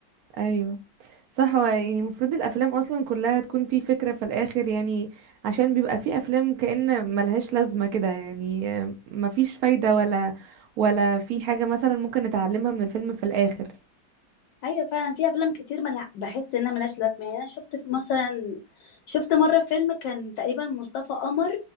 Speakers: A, on the right; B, on the left.
A: ايوه صح هو يعني المفروض الافلام اصلا كلها تكون في فكره في الاخر يعني عشان بيبقى في افلام كأن ملهاش لازمه كده يعني مفيش فايده ولا ولا في حاجه مثلا ممكن نتعلمها من الفيلم في الاخر
B: ايوه فعلا في افلام كتير ملع... بحس انها ملهاش لازمه يعني انا شفت في- مثلا شفت مره فيلم كان تقريبا مصطفى قمر